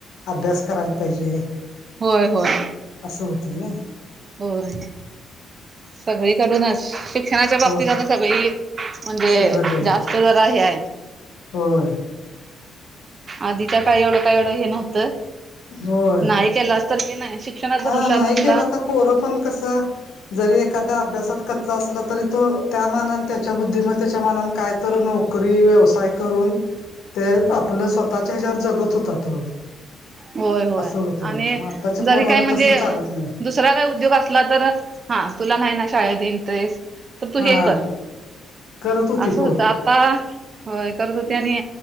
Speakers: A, on the left (about 80°); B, on the right (about 40°).
A: अभ्यास करायला पाहिजे.
B: होय होय
A: असं होतय नय.
B: होय सगळी कडून अश शिक्षणाच्या बाबतीत
A: हो
B: आता सगळी म्हणजे
A: सगळं हे
B: जास्त जरा हे हाय.
A: होय.
B: आधी का काय एवढं काय एवढं हे नव्हतं
A: होय
B: नाही केलंस तर हे नाय शिक शिक्षणात जर
A: हा
B: हुशार
A: नाही
B: नसला
A: केला तर पोरं पण कसं जरी एखादा अभ्यासात कच्चा असला तरी तो त्या मानानं त्याच्या बुद्धिमतेच्या त्याच्या मनानं कायतर नोकरी व्यवसाय करून ते आपलं स्वत् स्वतःच्या ह्याज्यावर जगत होता तो
B: होय होय
A: असं होतं
B: आणि
A: मग आताच्या
B: जरी
A: पोरानं
B: काय म्हणजे
A: तसं चालत नाही
B: दुसरा काय उद्योग असला तर हा तुला न्हाय ना शाळेत इंटरेस्ट त तू
A: हा
B: हे कर
A: करत होती
B: असं
A: पोरं
B: होत आप आता होय करत होते आणि